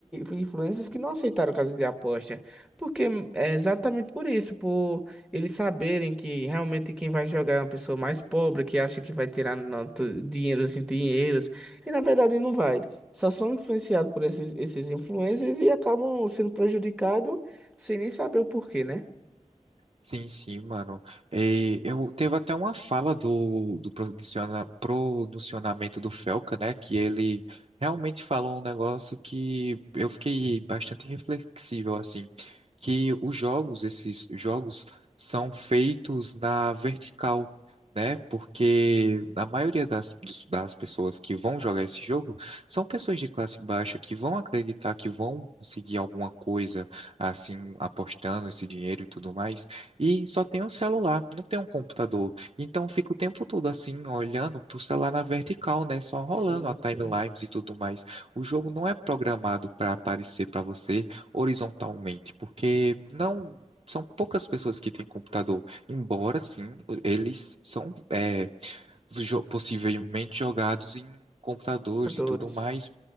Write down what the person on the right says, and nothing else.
Sim, sim, mano. E eu teve até uma fala do, do pronunciona- pronunciamento do Felca, né? Que ele realmente falou um negócio que eu fiquei bastante reflexível, assim, que os jogos, esses jogos, são feitos na vertical, né? Porque a maioria das, dos- das pessoas que vão jogar esse jogo são pessoas de classe baixa que vão acreditar que vão conseguir alguma coisa, assim, apostando esse dinheiro e tudo mais. E só tem um celular, não tem um computador. Então eu fico o tempo todo assim, olhando pro celular na vertical, né? Só rolando
a timelines
e tudo mais. O jogo não é programado para aparecer para você horizontalmente, porque não são poucas pessoas que têm computador. Embora sim, eles são é, jo- possivelmente jogados em computadores
e tudo mais,